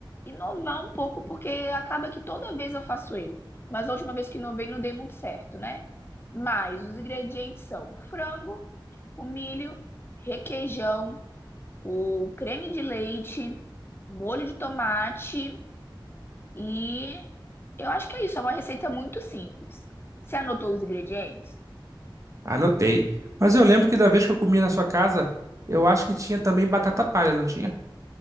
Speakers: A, on the left (about 25°); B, on the right (about 40°).
A: inovar um pouco porque acaba que toda vez eu faço ele. Mas a última vez que inovei não dei muito certo, né? Mas os ingredientes são frango, o milho, requeijão, o creme de leite, molho de tomate e eu acho que é isso. É uma receita muito simples. Você anotou os ingredientes?
B: Anotei. Mas eu lembro que da vez que eu comi na sua casa, eu acho que tinha também batata palha, não tinha?